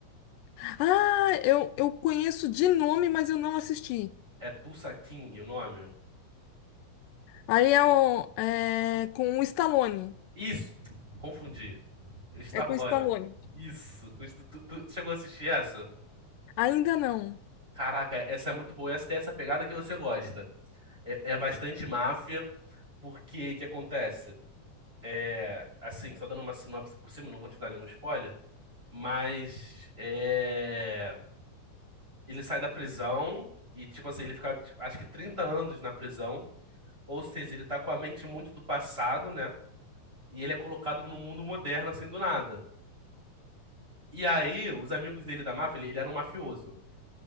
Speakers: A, on the left; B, on the right.
A: Ah, eu, eu conheço de nome, mas eu não assisti.
B: É Tulsa King o nome?
A: Aí é, o, é com o Stallone.
B: Isso! Confundi. <laughs> Stallone.
A: É com o Stallone.
B: Isso. com isso- Tu, tu chegou a assistir essa?
A: Ainda não.
B: Caraca, essa é muito boa. Essa tem essa pegada que você gosta. É, é bastante máfia, porque o que acontece? É, assim, só dando uma sinopse por cima, não vou te dar nenhum spoiler, mas é, ele sai da prisão e, tipo assim, ele fica, tipo, acho que 30 anos na prisão, ou seja, ele tá com a mente muito do passado, né? E ele é colocado no mundo moderno, assim, do nada. E aí, os amigos dele da máfia, ele, ele era um mafioso.